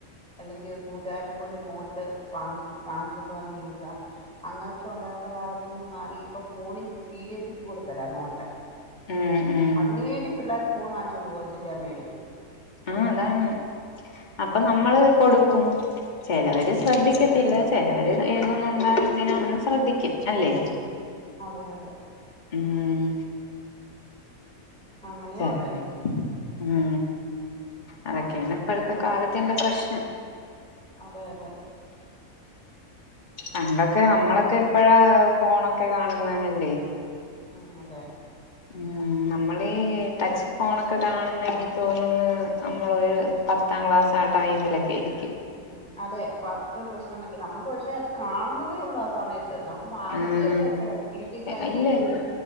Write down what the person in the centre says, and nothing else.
അല്ലെങ്കിൽ കൂട്ടുകാരനെ കൊണ്ട് നോട്ട് വാങ്ങി വാങ്ങിച്ചൊണ്ട് വന്ന് എഴുത അങ്ങനൊക്കെ ഉണ്ടായിരുന്ന കാലത്തൊന്നും മാറി ഇപ്പൊ ഫോണിൽ പി ഡി എഫ് ഇട്ട് കൊടുക്കല നോട്ട്
അതിനുവേണ്ടി പിള്ളേർ ഫോൺ വാങ്ങിച്ചുകൊണ്ട് പോക അച്ഛ്ൻ്റെ അമ്മേടെം
ഉം അതെ അതെ
അങ്ങനെയും
ഉണ്ട്
ആ
അതെ അതെ
ഒരു
മാ-
ഉം അതെ
ഉം അതെ പത്ത് പ്ലസ് വൺ ഒക്കെ നമുക്ക് പക്ഷെ അത് കാണുന്നതേ ഉള്ളൂ ആ സമയ നമുക്ക് വാങ്ങിച്ചു
തരുത് എപ്പോഴാ ഡിഗ്രിക്കൊക്കെ
ആയിക്കഴിഞ്ഞണ്ട്